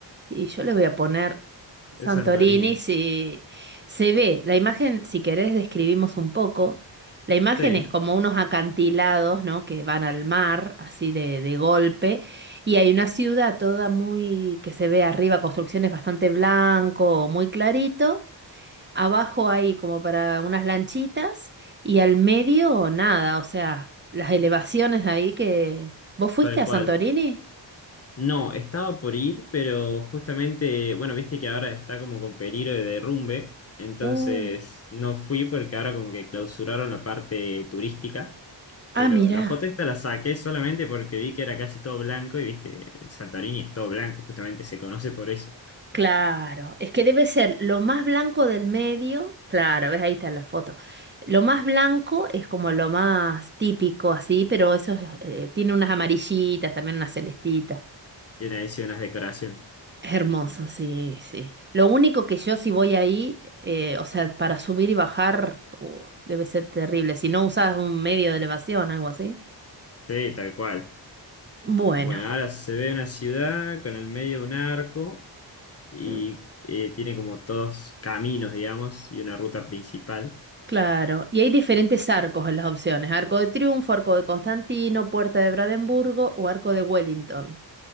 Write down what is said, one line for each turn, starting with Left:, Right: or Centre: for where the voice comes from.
Right: Y yo le voy a poner Santorini
Left: es Santorini.
Right: si se ve. La imagen, si querés, describimos un poco. La imagen
Left: Sí,
Right: es como unos acantilados, ¿no? Que van al mar, así de, de golpe. Y hay una ciudad toda muy, que se ve arriba, construcciones bastante blanco, muy clarito. Abajo hay como para unas lanchitas. Y al medio, nada. O sea, las elevaciones de ahí que. ¿Vos fuiste
Left: tal
Right: a
Left: cual.
Right: Santorini?
Left: No, estaba por ir, pero justamente, bueno, viste que ahora está como con peligro de derrumbe, entonces
Right: Uh.
Left: no fui porque ahora como que clausuraron la parte turística,
Right: Ah,
Left: pero
Right: mirá.
Left: la foto esta la saqué solamente porque vi que era casi todo blanco y viste, el Santorini es todo blanco, justamente se conoce por eso,
Right: Claro, es que debe ser lo más blanco del medio, claro, ves ahí está la foto. Lo más blanco es como lo más típico así, pero eso es, eh, tiene unas amarillitas, también unas celestitas.
Left: tiene ahí sí unas decoraciones.
Right: Es hermoso, sí, sí. Lo único que yo si voy ahí, eh, o sea, para subir y bajar, uh, debe ser terrible, si no usas un medio de elevación, algo así.
Left: Sí, tal cual.
Right: Bueno.
Left: Bueno, ahora se ve una ciudad con el medio de un arco y
Right: mm,
Left: eh, tiene como dos caminos, digamos, y una ruta principal.
Right: Claro, y hay diferentes arcos en las opciones, arco de triunfo, arco de Constantino, puerta de Brandenburgo o arco de Wellington.